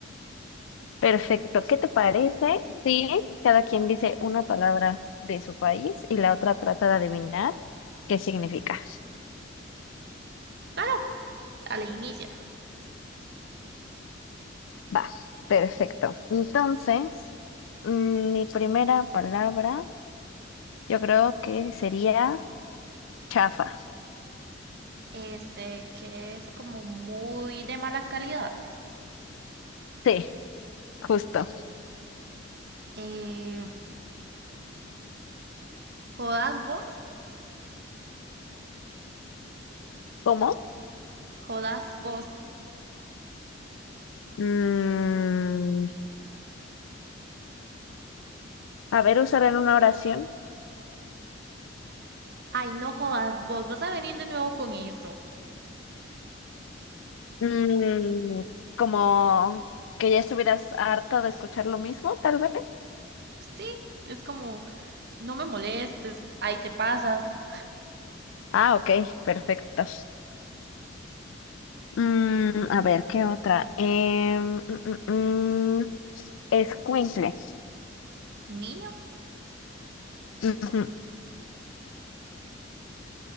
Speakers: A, on the left; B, on the right.
A: Perfecto, ¿qué te parece si cada quien dice una palabra de su país y la otra trata de adivinar qué significa?
B: Claro, dale, inicia.
A: Va, perfecto. Entonces, mm, mi primera palabra yo creo que sería chafa.
B: Este, que es como muy de mala calidad.
A: Sí, justo.
B: Eh, jodas vos,
A: ¿Cómo?
B: jodas vos.
A: Mm, A ver, usar en una oración.
B: Ay, no jodas vos, vas a venir de nuevo con eso.
A: Mm, como que ya estuvieras harta de escuchar lo mismo, tal vez.
B: Sí, es como, no me molestes, ahí te pasas.
A: Ah, ok, perfecto. Mm, a ver, ¿qué otra? Em, mm, mm, mm, escuincle.
B: Niño,
A: Ujú.